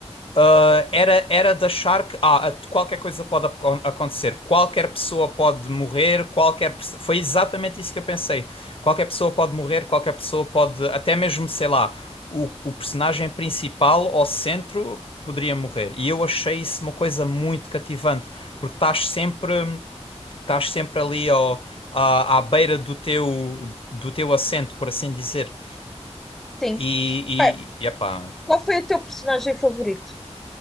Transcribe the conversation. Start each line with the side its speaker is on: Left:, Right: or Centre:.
Left: Ah, era, era de achar que ah, a- qualquer coisa pode aco- acontecer, qualquer pessoa pode morrer, qualquer pessoa. Foi exatamente isso que eu pensei. Qualquer pessoa pode morrer, qualquer pessoa pode. Até mesmo, sei lá, o, o personagem principal ao centro poderia morrer. E eu achei isso uma coisa muito cativante, porque estás sempre, estás sempre ali ao, à, à beira do teu, do teu assento, por assim dizer.
Centre: Sim.
Left: E,
Centre: Pá,
Left: e, e epá,
Centre: Qual foi o teu personagem favorito?